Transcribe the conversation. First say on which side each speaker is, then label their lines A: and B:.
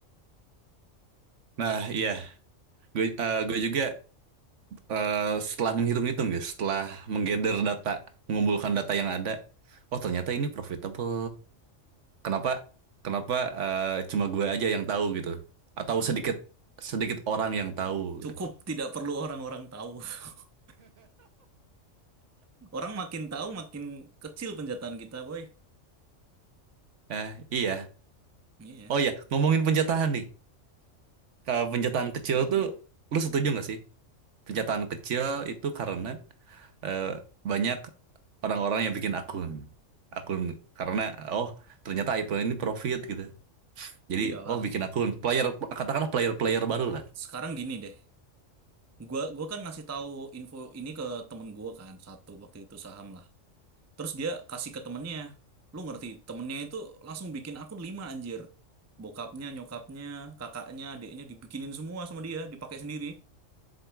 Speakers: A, on the right (about 70°); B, on the right (about 20°).
A: Nah, iya. Gue eh, gue juga eh, setelah menghitung-hitung guys, setelah menggather data, mengumpulkan data yang ada, oh ternyata ini profitable. Kenapa kenapa eh, cuma gue aja yang tahu gitu atau
B: Nah.
A: sedikit sedikit orang yang tahu.
B: Cukup
A: gitu.
B: tidak perlu orang-orang tahu. <laughs> Orang makin tahu makin kecil penjataan kita, boy.
A: Nah, iya.
B: Iya,
A: Oh iya, ngomongin penjatahan nih. Kalau penjataan kecil tuh lu setuju nggak sih? Penjataan kecil itu karena eh, banyak orang-orang yang bikin akun. Akun karena oh ternyata IPL ini profit gitu. Jadi
B: iyalah.
A: oh bikin akun player katakanlah player-player baru lah.
B: Sekarang gini deh. Gua gua kan ngasih tahu info ini ke temen gua kan satu waktu itu saham lah. Terus dia kasih ke temennya. Lu ngerti, temennya itu langsung bikin akun lima anjir. Bokapnya, nyokapnya, kakaknya, adiknya dibikinin semua sama dia, dipakai sendiri.